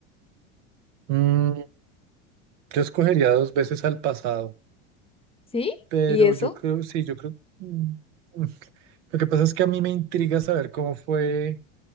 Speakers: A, on the right; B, on the left.
A: Mm, yo escogería dos veces al pasado,
B: ¿Sí?
A: pero
B: ¿Y eso?
A: yo creo, sí, yo creo... mm, mm. Lo que pasa es que a mí me intriga saber cómo fue.